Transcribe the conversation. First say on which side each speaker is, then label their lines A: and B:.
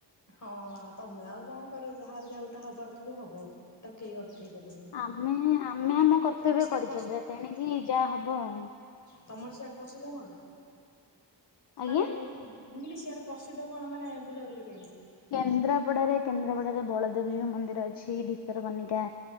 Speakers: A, on the left (about 40°); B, on the left (about 65°).
A: ହଁ ଆଉ ତମେ ଆଉ କଣ କରିବ ଯାହାର ଯଉଟା ହବାର ଥିବ ହବ ତାକୁ କେହି ଅଟକେଇ ପାରିବେନି।
B: ଆମେ ଆମେ ଆମ କର୍ତ୍ତବ୍ୟ
A: ତମର ସିଆଡେ
B: କରିଚାଲିବା
A: ପ୍ରସି
B: ତେଣିକିି ଯା ଯା ହବ ଆଉ
A: ତମର ସିଆଡେ ପସିଧ କଣ
B: ଆଜ୍ଞା
A: ମାନେ? ମୁଁ କହିଲି ସିଆଡେ ପ୍ରସିଦ୍ଧ କଣ ମାନେ ବୁଲାବୁଲି ପାଇଁ
B: କେନ୍ଦ୍ରାପଡାରେ କେନ୍ଦ୍ରାପଡାରେ ବଳଦେବଜିଉ ମନ୍ଦିର ଅଛି, ଭିତରକନିକା